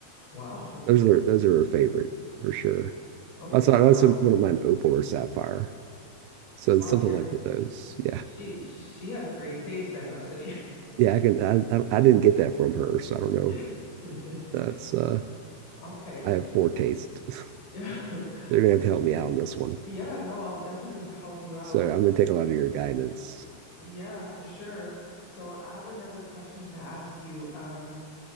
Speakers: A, on the left (about 55°); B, on the right (about 80°).
A: wow.
B: Those
A: <laughs>
B: are those are her favorite for sure.
A: Okay,
B: Also, I
A: wow.
B: also wouldn't mind opal or sapphire. So
A: Wow,
B: something
A: you're
B: like with those. Yeah,
A: she she has great taste, I must say.
B: yeah. I can. I I, I didn't get that from her, so I don't know.
A: <laughs> Yeah. <laughs>
B: That's uh,
A: Okay.
B: I have poor taste.
A: Yeah.
B: <laughs> They're gonna
A: <laughs>
B: have to help me out on this one.
A: Yeah, no, I'll definitely help you out.
B: So I'm gonna take a lot of your guidance.
A: Yeah, for sure. So I have another question to ask you. Um,